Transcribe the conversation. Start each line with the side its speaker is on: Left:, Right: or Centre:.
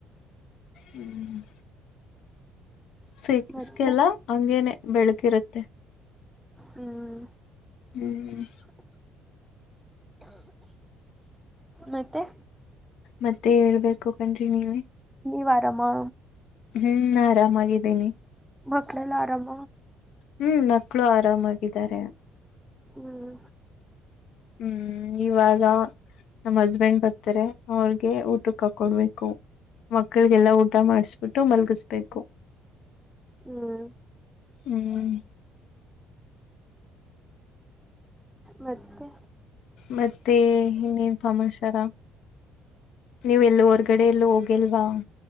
Left: ಹ್ಮ ಸಿಕ್ಸ್ಕೆಲ್ಲಾ
Centre: ಮತ್ತೆ
Left: ಹಂಗೇನೆ ಬೆಳಕ್ ಇರತ್ತೆ
Centre: ಹ್ಮ್.
Left: ಹ್ಮ್
Centre: ಮತ್ತೆ.
Left: ಮತ್ತೆ ಹೇಳ್ಬೇಕು ಕಂಡ್ರಿ ನೀವೆ.
Centre: ನೀವ್ ಆರಾಮಾ
Left: ಹ್ಮ್ ಆರಾಮಾಗಿದ್ದೀನಿ.
Centre: ಮಕ್ಕಳೆಲ್ಲ ಆರಾಮ.
Left: ಹ್ಮ್ ಮಕ್ಳು ಆರಾಮಾಗಿದ್ದಾರೆ.
Centre: ಹ್ಮ್.
Left: ಹ್ಮ್ ಇವಾಗಾ ನಮ್ ಹಸ್ಬೆಂಡ್ ಬತ್ತರೆ ಅವ್ರಗೆ ಊಟಕ್ ಹಾಕ್ ಕೊಡ್ಬೇಕು. ಮಕ್ಕಳಿಗೆಲ್ಲಾ ಊಟ ಮಾಡಿಸಬಿಟ್ಟು ಮಲಗಿಸ್ಬೇಕು
Centre: ಹ್ಮ್
Left: ಹ್ಮ್.
Centre: ಮತ್ತೆ.
Left: ಮತ್ತೆ ಇನ್ನೇನ್ ಸಮಾಚಾರ. ನೀವ್ ಎಲ್ಲೂ ಹೊರ್ಗಡೆ ಎಲ್ಲೂ ಹೋಗಿಲ್ವಾ.